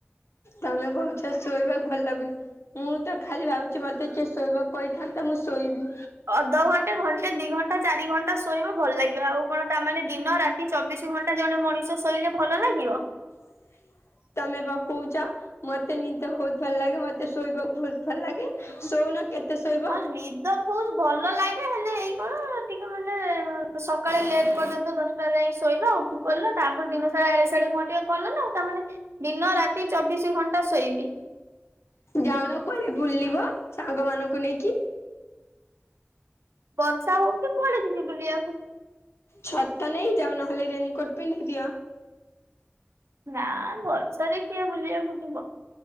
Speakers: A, on the left; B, on the right.
A: ତମେ କହୁଛ ଶୋଇବାକୁ ଭଲ ଲାଗୁନି। ମୁଁ ତ ଖାଲି ଭାବୁଛି ମତେ କିଏ ଶୋଇବାକୁ କହିଥାନ୍ତା, ମୁଁ ଶୋଇବି।
B: ଅଧଘଣ୍ଟେ ଘଣ୍ଟେ ଦି ଘଣ୍ଟା ଚାରି ଘଣ୍ଟା ଶୋଇବ ଭଲ ଲାଗିବ, ଆଉ କଣ ତାମାନେ ଦିନ ରାତି ଚବିଶ ଘଣ୍ଟା ଜଣେ ମଣିଷ ଶୋଇଲେ ଭଲ ଲାଗିବ।
A: <inaudible> ତମେ ବା କହୁଛ? ମତେ ନିଦେ ବହୁତ ଭଲ ଲାଗେ, ମତେ ଶୋଇବାକୁ ବହୁତ ଭଲ ଲାଗେ। ଶଉନ କେତେ ଶୋଇବ
B: ହଁ ନିଦ ବହୁତ୍ ଭଲ ଲା
A: <unintelligible>
B: କଣ ଟିକେ ମାନେ ସକାଳେ ଲେଟ ପର୍ଯ୍ୟନ୍ତ ଦଶଟା ଯାଇ ଶୋଇବା ଆଉ। କଲ ତାପ ଦିନ ସାର ଆଡେ ସିଆଡେ କ ଟିକେ କଲ ନା ଆଉ ତାମାନେ ଦିନ ରାତି ଚବିଶି ଘଣ୍ଟା ଶୋଇବି।
A: ଯାଉନ କୁଆଡେ ବୁଲିବ ସାଙ୍ଗ ମାନଙ୍କୁ ନେଇକି?
B: ବର୍ଷା ହଉଛି କୁଆଡେ ଯିବି ବୁଲିବାକୁ।
A: ଛତା ନେଇ ଯାଅ ନହେଲେ ରେନିକୋର୍ଟ ପିଢ଼ିଦିଅ।
B: ନା ବର୍ଷାରେ କିଏ ବୁଲିବାକୁ ଯିବ